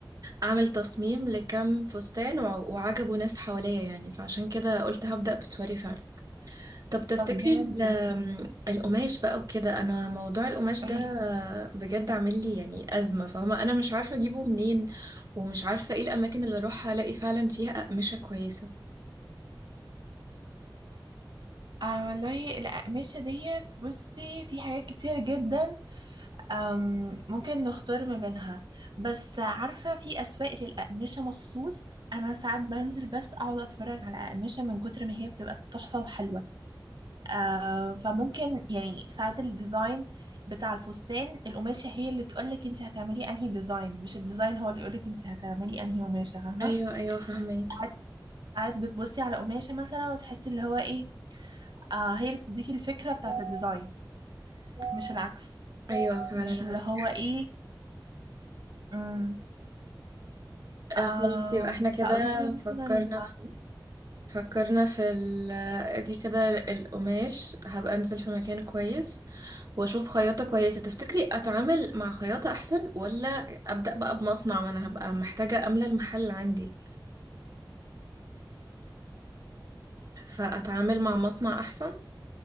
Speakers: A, on the right; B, on the right.
A: اعمل تصميم لكم فستان وع- وعجبوا ناس حواليا يعني فعشان كده قلت هبدأ بسواري فعلا طب تفتكري
B: طب جامد
A: ال- آم،
B: جدا
A: القماش بقى وكده انا موضوع القماش
B: قولي
A: ده
B: لي
A: بجد عامل لي يعني ازمه فاهمه انا مش عارفه اجيبه منين ومش عارفه ايه الاماكن اللي اروح الاقي فعلا فيها اقمشه كويسه
B: آه والله الأقمشة ديت بصي في حاجات كتير جدا آم ممكن نختار ما بينها بس عارفة في أسواق للأقمشة مخصوص أنا ساعات بنزل بس أقعد أتفرج على أقمشة من كتر ما هي بتبقى تحفة وحلوة آه فممكن يعني ساعات الديزاين بتاع الفستان القماشة هي اللي تقولك انت هتعملي انهي ديزاين مش الديزاين هو اللي يقولك انت هتعملي انهي قماشة فاهمة
A: ايوه ايوه فهماكي
B: ساعات ساعات بتبصي على قماشة مثلا وتحسي اللي هو ايه آه هي اللي بتديكي الفكرة بتاعت الديزاين مش العكس
A: ايوه فعلا
B: مش اللي
A: عندك
B: هو ايه امم
A: آه
B: آم
A: خلاص يبقى احنا كده
B: فقولي لي
A: فكرنا
B: مثلا
A: في فكرنا في ال... دي كده القماش هبقى انزل في مكان كويس واشوف خياطة كويسة تفتكري اتعامل مع خياطة احسن ولا ابدأ بقى بمصنع ما انا هبقى محتاجة املى المحل عندي فاتعامل مع مصنع احسن